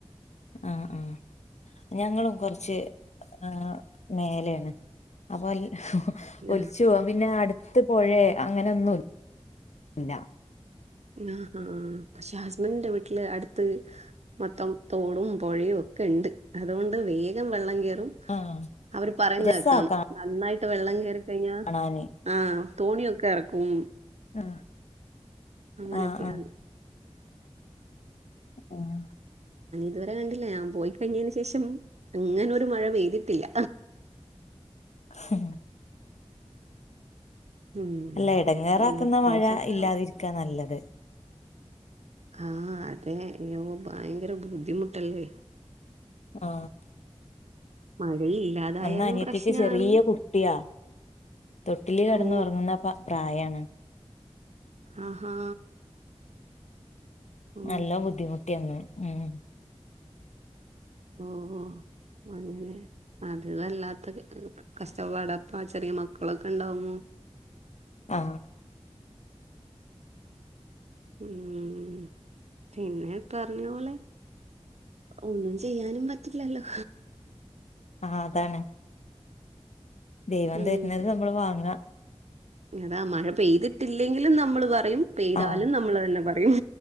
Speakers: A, on the left; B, on the right.
A: ആഹ ആഹ ഞങ്ങളും കുറച്ച് ആ മേലെയാണ് അപ്പൊ അൽ ഹ ഹ ഒലിച്ചു
B: ആഹ്
A: പോവാ പിന്നെ അടു അടുത്തുപോയ അങ്ങനെ ഒന്നുമില്ല.
B: ആഹാ പക്ഷെ ഹസ്ബൻഡന്റെ വീട്ടില് അടുത്ത്. മൊത്തം തോടും, പുഴയയും. ക്കെ ഉണ്ട് അതുകൊണ്ട് വേഗം വെള്ളം കൊറും.
A: ആഹ്
B: അവര് പറയുന്നെ
A: രസാ
B: കേക്കാം
A: കാ
B: നന്നായിട്ട് വെള്ളംകൊറി. കഴിഞ്ഞ
A: കാണാന്
B: ആഹ തോണിയൊക്കെ ഇറക്കും.
A: ആഹ്
B: അങ്ങനെയൊക്കെയാണ്
A: ആഹ് <inaudible>
B: ഇതുവരെ കണ്ടില്ല ഞാൻ പോയി കഴിഞ്ഞതിനന് ശേഷം- അങ്ങനെ ഒരു മഴ പെയ്തിട്ടില്ല.
A: ഹ ഹും
B: ഉം
A: അല്ല ഇടങ്ങേറാക്കുന്ന
B: ഇനി ഇപ്രാവശ്യത്തെ
A: മഴ ഇല്ലാതിരിക്കാ നല്ലത്.
B: ആഹ അതെ യ്യോ ഭയങ്കര ബുദ്ധിമുട്ടല്ലേ?
A: ആ
B: മഴയും ഇല്ലാതായാലും
A: അന്ന് അനിയത്തിക്ക്
B: പ്രശ്നാണ്
A: ചെറിയ കുട്ടിയാ തൊട്ടിലി കടന്നു
B: ഓ
A: ഉറങ്ങുന്ന പ്രായാണ്.
B: ആഹാ ഓ
A: നല്ലം ബുദ്ധിമുട്ടിയന്ന് ഹ്മ്മ്
B: ഓ ഓ അങ്ങല്നൊ അത് വല്ലാത്ത കഷ്ടപ്പാട പ്പൊ ചെറിയ മക്കളൊക്കെ ഉണ്ടാവുമ്പോ.
A: ആ
B: ഉം പിന്നെ പറഞ്ഞ പോലെ. ഒന്നും ചെയ്യാനും പറ്റില്ലല്ലോ?
A: ആഹ് അതാണ് ദൈവം
B: ഉം
A: തരുന്നത് നമ്മള് വാങ്ങ
B: അതാ മഴ പെയ്തിട്ടില്ലെങ്കിലും നമ്മൾ പറയും- പെയ്താലും
A: ആഹ്
B: നമ്മൾ തന്നെ പറയും